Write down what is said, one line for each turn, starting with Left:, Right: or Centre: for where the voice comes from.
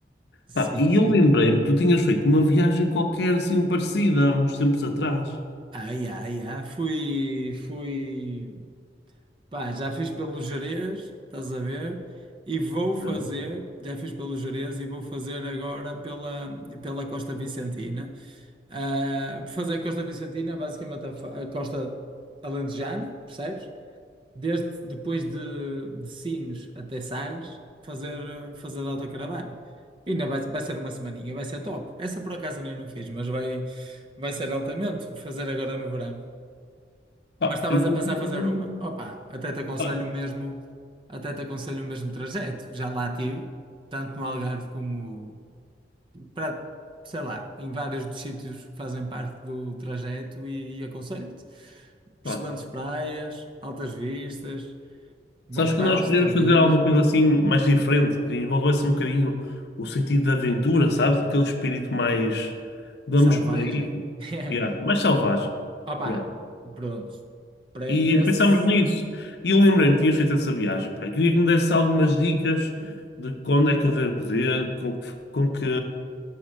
Right: sim,
Left: Pá, e
Right: sim.
Left: eu lembrei-me que tu tinhas feito uma viagem qualquer assim parecida há uns tempos atrás.
Right: Ai, ai, ai, fui, fui, pá, já fiz pelos Gerês, estás a ver? E vou fazer,
Left: né?
Right: já fiz pelos Gerês e vou fazer agora pela, pela Costa Vicentina. Ah, fazer a Costa Vicentina, basicamente a, fa- a Costa Alentejana, percebes? desde depois de, de Sines até Sagres, fazer, fazer de autocaravana. Ainda vai, vai ser uma semaninha, vai ser top. Essa por acaso ainda não fiz, mas vai, vai ser altamente fazer agora no verão.
Left: Pá,
Right: Mas estavas
Left: eu por
Right: a pensar
Left: acaso,
Right: fazer
Left: hum,
Right: uma? Opa, até te aconselho
Left: pá,
Right: o mesmo, até te aconselho o mesmo trajeto. Já lá tive, tanto no Algarve como para, sei lá, em vários dos sítios que fazem parte do trajeto e, e aconselho-te.
Left: pá,
Right: Excelentes praias, altas vistas, bons
Left: sabes que
Right: parques
Left: nós queríamos
Right: de campismo,
Left: fazer alguma coisa assim mais diferente, que envolvesse um bocadinho o sentido da aventura, sabes? Aquele espírito mais vamos
Right: selvagem.
Left: por aí,
Right: <laughs>
Left: yeah, mais selvagem.
Right: Opa,
Left: Pronto.
Right: pronto. Para,
Left: E
Right: nesse.
Left: pensámos nisso. E eu lembrei-me que tinhas feito essa viagem, pá. Queria que me desse algumas dicas de quando é que eu devo ver, com, que- com que.